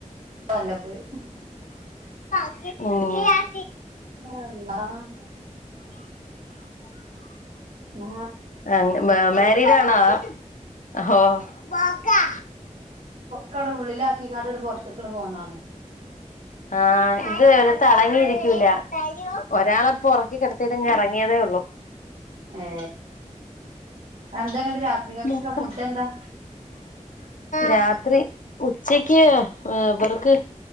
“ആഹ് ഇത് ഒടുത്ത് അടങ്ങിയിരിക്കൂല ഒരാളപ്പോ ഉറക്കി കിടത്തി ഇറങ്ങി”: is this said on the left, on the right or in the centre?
Left